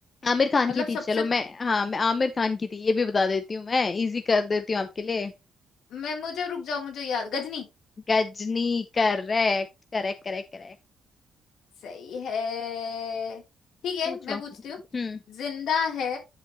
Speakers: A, on the left; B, on the left.
A: आमिर खान
B: मतलब
A: की थी चलो
B: सबसे
A: मैं हाँ मैं आमिर खान की थी ये भी बता देती हूँ मैं इजी कर देती हूँ आपके लिए
B: मैं मुझे रुक जाओ मुझे याद गजनी
A: Ghajini Correct correct correct correct
B: सही है ठीक है
A: पूछो
B: मैं
A: हम्म
B: पूछती हूँ जिंदा है